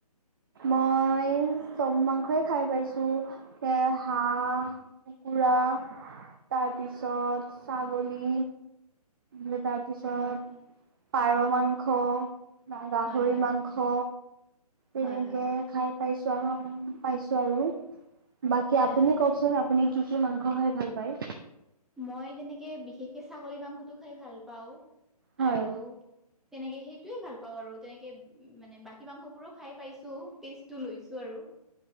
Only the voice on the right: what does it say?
মই চব মাংসই খাই পাইছো, এ হাঁহ কুকুৰা তাৰপিছত ছাগলী তাৰিছ তাৰপিছত,
পাৰ মাংস। গাহৰি
মাংস, তেনেকে
খাই পাইছো। পাইছো আৰু, বাকী
আপুনি
কওকচোন আপুনি কি কি মাংস খাই ভাল পায়।
হয়